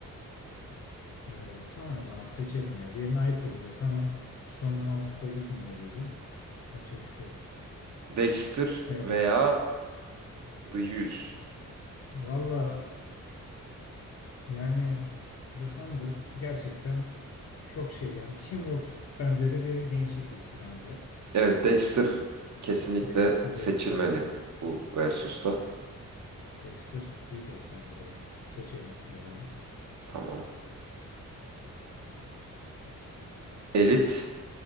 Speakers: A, on the left; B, on the right.
A: Ee, tamam o zaman seçelim ya. Diğerine ayıp olacak ama sonun altında gitmemeliydi. Yapacak bir şey yok.
B: Dexter
A: Evet.
B: veya The 100.
A: Valla yani The Hundred gerçekten çok şey. Yani Teen Wolf benzeri bir gençlik dizisi kanka.
B: Evet, Dexter kesinlikle
A: Dexter
B: seçilmeli
A: bir efsanedir yani.
B: bu versus'ta.
A: Dexter büyük efsanedir yani. Seçelim o zaman.
B: Tamam. Elite,